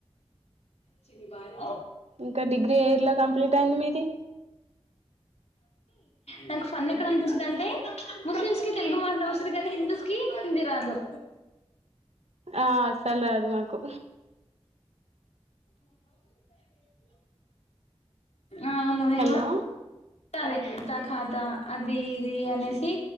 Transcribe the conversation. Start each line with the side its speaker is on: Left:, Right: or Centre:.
Left: చి బాల
Right: ఇంకా డిగ్రీ అయ్య ఇలా కంప్లీట్ అయింది మీది
Left: నాకు ఫన్ ఎక్కడ అనిపిస్తుంది అంటే ముస్లిమ్స్ కి తెలుగు మాట్డం వస్తుంది కానీ హిందూస్ కి హిందీ రాదు
Right: ఆ చల్ అది మాకు
Left: అవును ఏమ
Right: హలో
Left: అదేఖాతా అది ఇది అనేసి